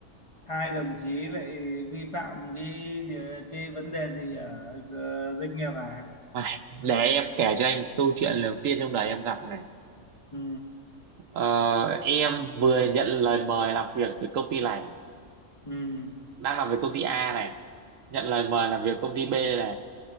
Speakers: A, on the left; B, on the right.
A: hai đồng chí lại vi phạm cái điều- cái vấn đề gì ở ờ, doanh nghiệp à?
B: Ai, Để em kể cho anh câu chuyện đầu tiên trong đời em gặp này.
A: Ừ,
B: Ờ, em vừa nhận lời mời làm việc từ công ty này,
A: ừ,
B: đang làm việc công ty A này, nhận lời mời làm việc công ty B này.